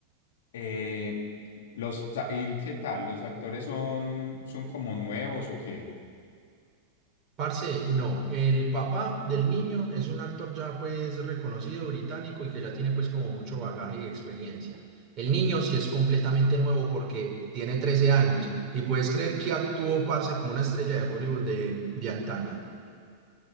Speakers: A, on the left; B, on the right.
A: eh, los, ¿y qué tal? ¿Los actores son, son como nuevos o qué?
B: parce, no, el papá del niño es un actor ya pues reconocido británico y que ya tiene pues como mucho bagaje y experiencia. El niño sí es completamente nuevo porque tiene 13 años y puedes creer que actuó, parce, como una estrella de Hollywood de, de antaño.